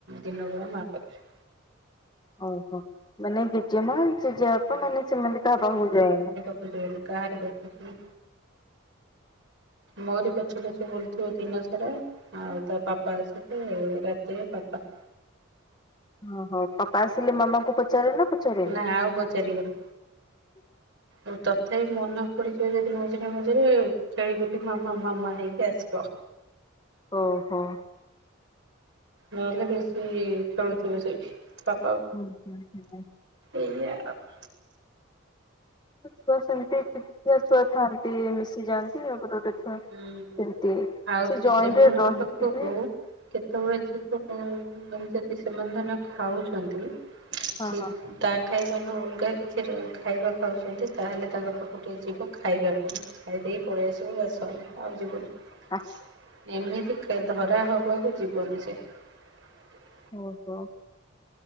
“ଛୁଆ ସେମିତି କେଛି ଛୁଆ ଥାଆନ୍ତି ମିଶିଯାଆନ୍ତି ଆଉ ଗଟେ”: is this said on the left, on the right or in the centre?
Left